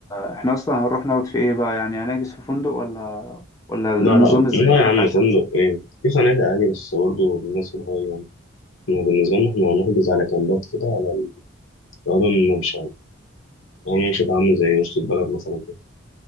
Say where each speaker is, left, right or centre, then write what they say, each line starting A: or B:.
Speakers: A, on the left; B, on the left.
A: احنا اصلا هنروح نقعد في ايه بقى يعني هنحجز في فندق ولا ولا النظام
B: لا لا
A: ازاي
B: لا يا عم
A: هناك عشان
B: فندق إيه في فنادق عادي بس برضه بالناس الهاي يعني إحنا بالنسبة لنا إحنا هنحجز على كامبات كده على الغدا والممشى يعني يعني مش هيبقى عامل زي وسط البلد مثلا كده